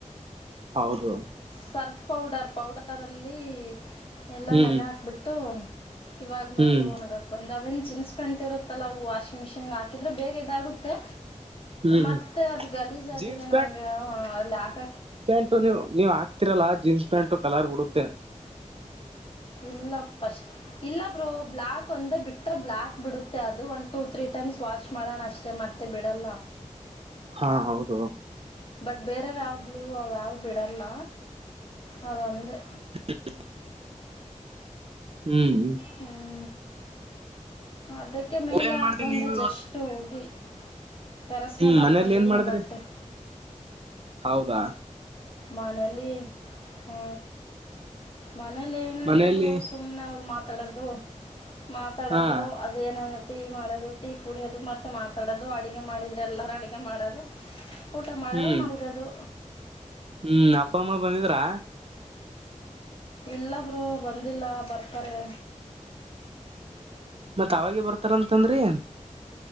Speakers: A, on the right; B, on the left.
A: ಹೌದು.
B: ಸರ್ಫ್ ಪೌಡರ್ ಪೌಡರಲ್ಲಿ. ಎಲ್ಲಾ
A: ಹ್ಮ್
B: ನೆನೆ ಹಾಕ್ಬಿಟ್ಟು ಇವಾಗ ಮೇಲೆ
A: ಹ್ಮ್
B: ಒಣಗಕ. ಒಂದ ಅವೇನ್ ಜೀನ್ಸ್ ಪ್ಯಾಂಟ್ ಇರುತ್ತಲ್ಲ ಅವು ವಾಷಿಂಗ್ ಮಿಷಿನ್ ಹಾಕಿದ್ರೆ ಬೇಗ ಇದಾಗುತ್ತೆ.
A: ಹ್ಮ್
B: ಮತ್ತೆ ಅದ್ ಗಲೀಜ್ ಆಗಾಗಿದೆ
A: ಜೀನ್ಸ್
B: ನಂಗ ಅಲ್ಲಿ ಹಾಕಿಕ.
A: ಇ ನೀವು ನೀವ್ ಹಾಕ್ತಿರಲ್ಲ ಜೀನ್ಸ್ ಪ್ಯಾಂಟ್ ಕಲರ್ ಬಿಡುತ್ತೆ.
B: ಇಲ್ಲ ಪಸ್ಟ್ ಇಲ್ಲ ಬ್ರೋ ಬ್ಲಾಕ್ ಒಂದ ಬಿಟ್ಟ. ಹತ್ತತ್ರ ಬ್ಲ್ಯಾಕ್ ಬಿಡುತ್ತೆ ಅದು ಒಂದು ಟೂ ತ್ರೀ ಟೈಮ್ಸ್ ವಾಶ್ ಮಾಡೋಣ ಅಷ್ಟೇ ಮತ್ತೆ ಬಿಡಲ್ಲ.
A: ಹಾ ಹೌದು.
B: ಬಟ್ ಬೇರೆ ಯಾವ್ಯವುಲೂ ವ್ಯವು್ ಬಿಡಲ್ಲ ಅದು ಒಂದೇ.
A: ಹ ಹ್ಮ್ ಹ್ಮ್
B: ಹ್ಮ್ ಅದಕ್ಕೆ ಮೇಲೆ
A: ಏನ್
B: ಹಾಕ
A: ಮಾಡ್ರಿ
B: ಬಂದ
A: ನೀವು
B: ಜಸ್ಟ್ ಹೋಗಿ. ಟೆರಸ್
A: ಹ್ಮ
B: ಮೇಲೆ
A: ಮನೇಯಲ್ಲಿ
B: ಹಾಕಿ ಬಂದಿದ್ದೀನಿ
A: ಏನ್ ಮಾಡಿದ್ರಿ....
B: ಬಟ್ಟೆ
A: ಹೌದಾ.
B: ಮನೇಲಿ ಹಾ ಮನೇಲಿ ಏನುೂ
A: ಮನೇಲಿ
B: ಇಲ್ಲ ಬ್ರಸು. ಸುನೆ ಅವರು ಮಾತಾಡದು ಮಾತಾಡದು.
A: ಹಾ
B: ಅದುಏನ ಟೀ ಮಾಡೋದು ಟೀ ಕುಡಿಯೋದು ಮತ್ತೆ ಮಾತಾಡೋದು ಅಡುಗೆ ಮಾಡಿದ್ರ ಎಲ್ಲರೂ ಅಡುಗೆ ಮಾಡೋದು. ಊಟ ಮಾಡದ
A: ಹ್ಮ್
B: ಮಲಗೂದು.
A: ಹ್ಮ್ ಅಪ್ಪ ಅಮ್ಮ ಬಂದಿದ್ರಾ.
B: ಇಲ್ಲ ಬ್ರೋ ಬಂದಿಲ್ಲ ಬರ್ತಾರೆ.
A: ಮತ್ತ್ ಅವಾಗೆ ಬರ್ತಾರಂತಂದ್ರೀ.